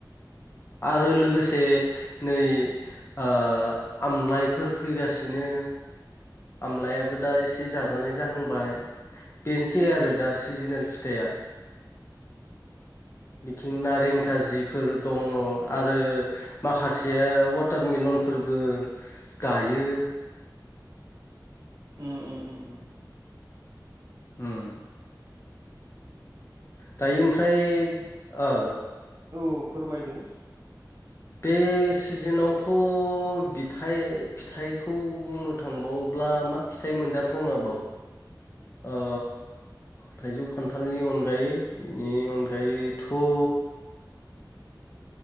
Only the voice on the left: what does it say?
आरो लोगोसे नै ओ आमलाइफोर फैगासिनो आमलायाबो दा एसे जाजानाय जाहांबाय बेनोसै आरो दा सिजोनेल फिथाइया बिथिं नारें खारजिफोर दङ आरो माखासेया वाटार मिलनफोरबो गायो
ओम दायो ओमफ्राय औ
बे सिजोनावथ' बिथाइ फिथाइखौ बुंनो थांबावोब्ला मा फिथाइ मोनजाथावनाबाव ओ थाइजौ खान्थालनि अनगायै बिनि अनगायैथ' ओ